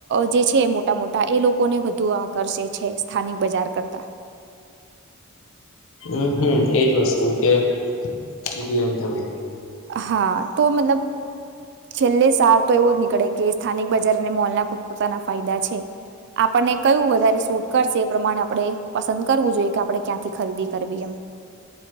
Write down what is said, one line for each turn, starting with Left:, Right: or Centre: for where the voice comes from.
Right: જે છે મોટા મોટા એ લોકોને વધુ આકર્ષે છે. સ્થાનિક બજાર કરતાં
Left: હમ્મ હમ્મ એજ વસ્તુ કે કીધું એમ તમે
Right: હા તો મતલબ છેલ્લે સાર તો એવું જ નીકળે કે સ્થાનિક બજાર અને મોલના પોતપોતાના ફાયદા છે. આપણને કયું વધારે સૂટ કરશે એ પ્રમાણે આપણે પસંદ કરવું જોઈએ કે આપણે ક્યાંથી ખરીદી કરવી એમ